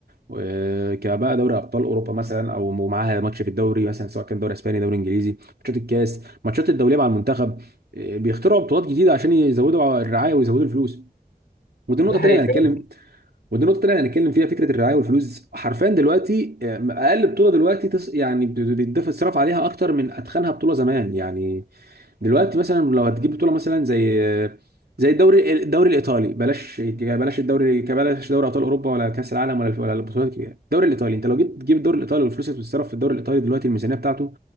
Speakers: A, on the right; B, on the left.
A: و- كبقى دوري ابطال اوروبا مثلا او معاها ماتش في الدوري مثلا سواء كان دوري اسباني دوري انجليزي ماتشات الكاس ماتشات الدوليه مع المنتخب آه، بيخترعوا بطولات جديده عشان يزودوا الرعايه ويزودوا الفلوس ودي النقطه
B: ده
A: الثانيه
B: حقيقي
A: اللي
B: فعلا
A: هنتكلم ودي النقطه الثانيه اللي هنتكلم فيها فكره الرعايه والفلوس حرفيا دلوقتي آه، اقل بطوله دلوقتي تس... يعني بت- بيتدفع الصرف عليها اكتر من اتخنها بطوله زمان يعني دلوقتي مثلا لو هتجيب بطوله مثلا زي زي الدوري الدوري الايطالي بلاش بلاش الدوري بلاش دوري ابطال اوروبا ولا كاس العالم ولا ولا البطولات الكبيره الدوري الايطالي انت لو جيت تجيب الدوري الايطالي والفلوس اللي بتتصرف في الدوري الايطالي دلوقتي الميزانيه بتاعته